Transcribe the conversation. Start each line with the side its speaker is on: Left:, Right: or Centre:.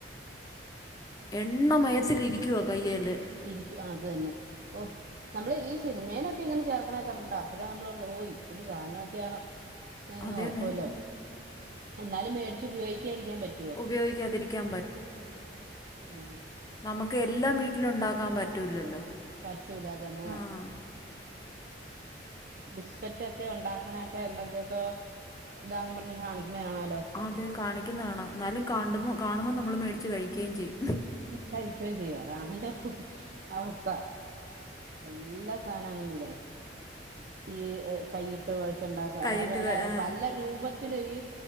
Left: എണ്ണമയത്തിലിരിക്കുവ കയ്യേല്.
Right: ഇരിക്കു ആഹ് അത് തന്നെ ഓഹ് നമ്മള് ഈ സിനിമേലൊക്കെ ഇങ്ങന ചേർക്കണേക്കണ്ടപ്പഴേ നമ്മള് <unintelligible> ഇത് ക്കൂട്ട് സാധനോക്കെയാണോ. എന്നോർക്കൊല്ലോ
Left: അതന്നെ
Right: എന്നാലും മേടച്ച് ഉപയോഗിക്ക്യാരിക്കാൻ പറ്റുവോ.
Left: ഉപയോഗിക്കാതിരിക്കാൻ
Right: അഹ്
Left: നമുക്കെല്ലാം വീട്ടിലുണ്ടാക്കാൻ പറ്റൂലല്ലോ.
Right: പറ്റൂല അതന്നെ
Left: ആഹ്
Right: ബിസ്ക്കറ്റക്കെ ഒണ്ടാക്കണയെക്കെ എന്തൊക്കെയൊക്ക ഇതാണെന്ന് പറഞ്ഞ് കാണിക്കണേ കാണല്ലോ.
Left: ആഹ് അതെ കാണിക്കുന്നാണ് എന്നാലും കാണ്ടുമോ കാണുമ്പോ നമ്മള് മേടിച്ച് കഴിക്കേയും ചെയ്യും.
Right: ഉം കഴിക്കോം ചെയ്യും അതാണല്ലോ അവസ്ഥ. എല്ലാ സാനം അങ്ങനല്ലേ. ഈ കൈയിട്ട് കൊഴചുണ്ടാക്കാ
Left: കൈയിട്ട്
Right: പിന്നെ
Left: ക ആഹ്
Right: പല രൂപ ത്തില് ഈ